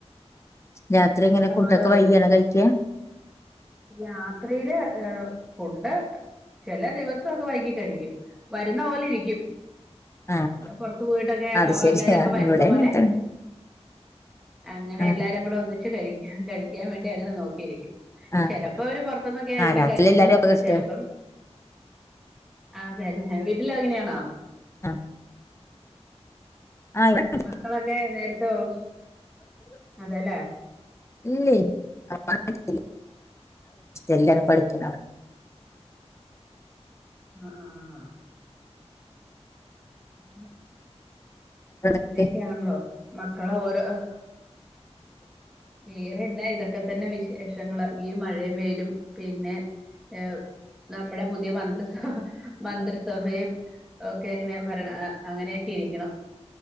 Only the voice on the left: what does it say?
രാത്രി എങ്ങനെ
ഫുഡൊക്കെ
വൈകിയാണോ കഴിക്ക
ആഹ്
അത്
ശരി
ഇവിടെ
അങ്ങനെ തന്നെ
ആഹ്
ആഹ്
ആഹ് രാത്രി
എല്ലാരും
അപകട
ആഹ് ആഹ്
ഇല്ലേ <unintelligible> എല്ലും പഠിക്കാണവിടെ
അവിടെ